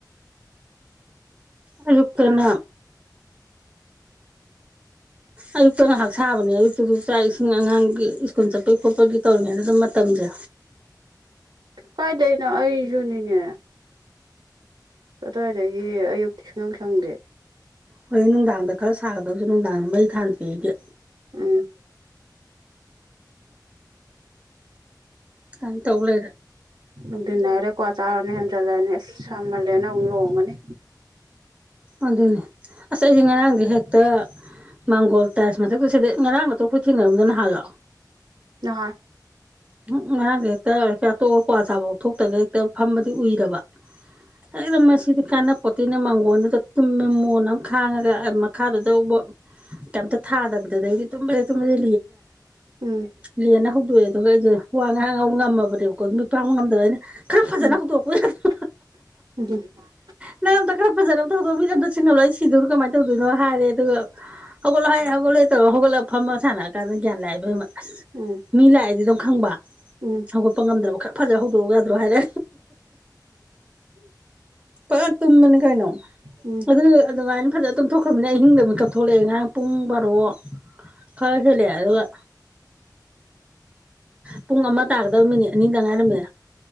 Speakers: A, on the right; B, on the right.
A: ꯑꯌꯨꯛꯇꯅ
B: ꯁꯥ
A: ꯑꯌꯨꯛꯇ ꯉꯍꯥꯛ ꯁꯥꯕ ꯑꯌꯨꯛ ꯇꯥꯁꯨ ꯆꯥꯛ ꯏꯁꯤꯡ ꯑꯉꯥꯡ ꯒꯤ ꯁꯀ꯭ꯨꯜ ꯆꯠꯄꯩ ꯈꯣꯠꯄꯩ ꯇꯧꯔꯤꯉꯩꯗ ꯃꯇꯝꯖꯦ
B: ꯀꯥꯏꯗꯩ ꯅꯣ ꯑꯩꯖꯨꯅꯤꯅꯦ ꯀꯗꯥꯏꯗꯩꯩ ꯑꯌꯨꯛꯇꯤ ꯁꯨꯡꯁꯪ ꯁꯪꯗꯦ
A: ꯍꯣꯔꯦꯟ ꯅꯨꯡꯗꯥꯡꯗ ꯈꯔꯥ ꯁꯗꯧꯁꯨ ꯅꯨꯡꯗꯥꯡꯗ ꯃꯩ ꯊꯥꯟꯗꯦ ꯑꯩꯗꯤ
B: ꯎꯝ
A: ꯑꯗꯨꯃꯥꯏꯅ ꯇꯧ ꯂꯩꯔꯦ
B: ꯅꯨꯡꯊꯤꯜ ꯍꯥꯏꯔꯦ ꯀꯋ꯭ꯥ ꯆꯔꯥ ꯍꯦꯟꯖꯤꯂꯛ ꯑꯅꯤ ꯁꯃꯟꯂꯦꯅ ꯑꯃꯨꯛ ꯂꯣꯡꯉꯅꯤ
A: ꯑꯗꯨꯅꯤ ꯑꯩꯗꯤ ꯉꯔꯥꯡꯗꯤ ꯍꯦꯛꯇꯥ ꯥꯃꯥꯡꯒꯣꯜ ꯇꯥꯏꯁ ꯃꯊꯛꯇꯥ ꯁꯤꯗꯥ ꯉꯔꯥꯡ ꯅꯇꯔꯣ ꯊꯦꯡꯅꯥꯔꯝꯗꯣ ꯃꯍꯥꯟꯂꯣ
B: ꯅꯥꯍꯥꯟ
A: <inaudible> ꯉꯔꯥꯡ ꯖꯦ ꯍꯦꯛꯇꯥ ꯆꯥꯛ ꯇꯣꯛ ꯑꯒꯥ ꯀꯋ꯭ꯥ ꯆꯕꯥꯐꯥꯎ ꯊꯣꯛꯇꯒꯩ ꯐꯝꯕꯗꯩꯩ ꯎꯏ ꯔꯕꯥ <inaudible> ꯍꯦꯛꯇꯥ ꯃꯁꯤꯗꯤ ꯀꯅꯥꯄꯣꯠ ꯇꯦꯅ ꯃꯥꯡꯒꯣꯜꯗ ꯇꯨꯝ ꯃꯦ ꯃꯣꯟ ꯑꯃꯥ ꯈꯥꯡꯉꯒ ꯃꯈꯥꯗꯥ ꯀꯩꯝꯃꯥ ꯊꯗꯕꯤꯗ ꯑꯗꯩꯗꯤ ꯇꯨꯝꯕꯥꯖꯤ ꯇꯨꯝꯕꯥꯖꯤ
B: ꯎꯝ
A: ꯂꯦꯟ ꯅꯥ ꯍꯧꯗꯣꯛ ꯑꯦ ꯑꯩꯗꯣ ꯋꯥ ꯉꯥꯡ <unintelligible> ꯉꯝꯃꯥꯕꯅꯦꯕꯀꯣ ꯃꯤꯠ ꯄꯥꯡꯕ ꯑꯩꯅ ꯈꯔ ꯐꯖꯅ
B: ꯎꯝ ꯎꯝ
A: ꯍꯧꯗꯣꯛꯔꯛꯄꯥ ꯌꯥꯗ꯭ꯔꯣ
B: <inaudible>
A: ꯅꯪ ꯑꯝꯇ ꯈꯔ ꯐꯖꯅ ꯑꯝꯇ ꯃꯤꯠ ꯑꯃꯇꯥ ꯁꯤꯡꯍꯜꯂꯣ ꯑꯩ ꯁꯤꯗꯣꯔꯦ ꯀꯥꯃꯥꯢ ꯇꯧꯗꯣꯏꯅꯣ ꯍꯥꯏꯔꯦ ꯑꯗꯨꯒ ꯍꯧꯒꯠꯂꯍꯦ ꯍꯧꯒꯠꯂꯍꯦ ꯇꯧꯔꯥꯒ ꯍꯧꯒꯠꯂꯥ ꯐꯝꯃꯥꯒ ꯁꯥꯟꯅꯥꯔꯥ ꯀꯥꯟꯗꯥ ꯒꯤꯌꯥꯟ ꯂꯥꯛꯑꯦ ꯏꯕꯦꯝꯃꯥ ꯑꯁ
B: ꯎꯝ
A: ꯃꯤ ꯂꯥꯛ ꯑꯗꯨꯝ ꯈꯪꯕ
B: ꯎꯝ ꯎꯝ ꯎꯝ
A: ꯍꯧꯒꯠꯄꯥ ꯉꯝꯗ꯭ꯔꯥꯕꯥ ꯈꯔ ꯐꯖꯥꯅ ꯍꯧꯗꯣꯛꯑꯣ ꯌꯥꯗ꯭ꯔꯣ ꯍꯥꯏꯅꯦ ꯐꯖ ꯇꯨꯝꯕꯅꯤ ꯀꯩꯅꯣ
B: ꯎꯝ
A: ꯑꯗꯨ ꯑꯗꯨꯃꯥꯏꯅ ꯐꯖꯥꯅ ꯇꯨꯝꯊꯣꯛ ꯈ꯭ꯔꯥꯃꯤꯅ ꯑꯍꯤꯡꯗ ꯃꯤꯀꯞ ꯊꯣꯛꯂꯛꯅꯦ ꯉꯥꯔꯥꯡ ꯄꯨꯡ ꯕꯥꯔꯣ ꯈꯔ ꯍꯦꯜꯂꯛꯅꯦ ꯑꯗꯨꯒ ꯄꯨꯡ ꯑꯃ ꯇꯥꯒꯗꯥꯕ ꯃꯤꯅꯤꯠ ꯑꯅꯤꯗꯪ ꯉꯥꯏꯔꯝꯃꯦ